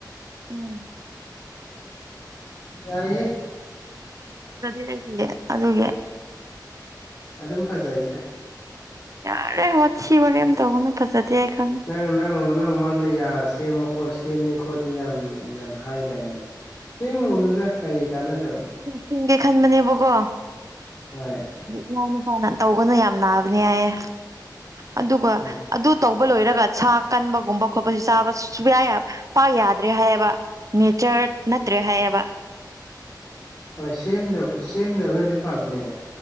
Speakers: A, on the right; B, on the left.
A: ꯎꯝ
B: ꯑꯦ ꯌꯥꯏꯍꯦ
A: ꯐꯖꯗꯦ ꯑꯩꯒꯤ ꯑꯗꯨꯒꯤ
B: ꯑꯗꯨꯝ ꯐꯖꯩꯅ
A: ꯌꯥꯔꯦ ꯋꯥꯠꯁꯤ ꯃꯣꯔꯦꯝ ꯇꯧꯕꯅ ꯐꯖꯗꯦ ꯑꯩ ꯈꯪꯉꯦ
B: ꯅꯪ ꯅꯪ ꯅꯪ ꯃꯥꯡꯗ ꯁꯦꯝꯕ ꯈꯣꯠ ꯁꯦꯝꯅꯤ ꯈꯣꯠꯂꯤ ꯌꯥꯝ ꯌꯥꯝ ꯍꯥꯏꯗꯥꯏꯅꯦ ꯁꯤ ꯃꯨꯅꯨꯗ ꯀꯩ ꯀꯥꯟꯅꯗꯕ
A: ꯊꯤꯡꯒꯦ ꯈꯟꯕꯅꯦꯕꯀꯣ
B: ꯍꯣꯏ
A: ꯏꯅꯥꯎꯅꯨꯄꯥꯅ ꯇꯧꯒꯅ ꯌꯥꯝ ꯅꯥꯕꯅꯦ ꯍꯥꯏꯌꯦ ꯑꯗꯨꯒ
B: ꯑꯦ
A: ꯑꯗꯨ ꯇꯧꯕ ꯂꯣꯏꯔꯒ ꯁꯥ ꯀꯟꯕꯒꯨꯝꯕ ꯈꯣꯠꯄꯁꯤ ꯆꯥꯕ ꯁꯨꯡꯌꯥ ꯄꯥꯛ ꯌꯥꯗ꯭ꯔꯦ ꯍꯥꯏꯌꯦꯕ ꯅꯦꯆꯔ ꯅꯠꯇ꯭ꯔꯦ ꯍꯥꯏꯌꯦꯕ
B: ꯍꯣꯏ ꯁꯦꯝꯗ ꯁꯦꯝꯗꯕꯅꯗꯤ ꯐꯕꯅꯦ